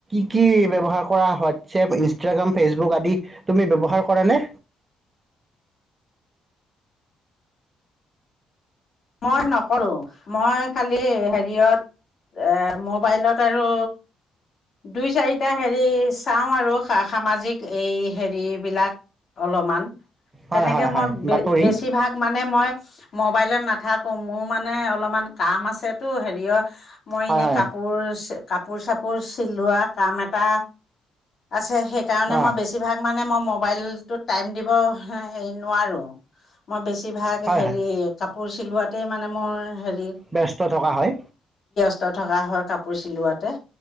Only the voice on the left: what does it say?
মই নকৰোঁ, মই খালি হেৰিয়ত এ মোবাইলত আৰু দুই চাৰিটা হেৰি চাওঁ আৰু সা সামাজিক এই হেৰি বিলাক অলপমান তেনেকে
মই
বে
বেছিভাগ মানে মই মবাইলত না নাথাকো, মোৰ মানে অলপমান কাম আছেতো হেৰিয়ৰ মই
এনে
কাপোৰ কাপোৰ চাপোৰ চিলোৱা কাম এটা আছে। সেইকাৰণে মই
বেছিভাগ মানে ম'বাইল টো টাইম দিব হেৰি নোৱাৰো। বেছিভাগ
হেৰি
কাপ কাপোৰ চিলোৱাতেই মানে মোৰ হেৰি
স্ত থকা হয় কাপোৰ চিলোৱাতে।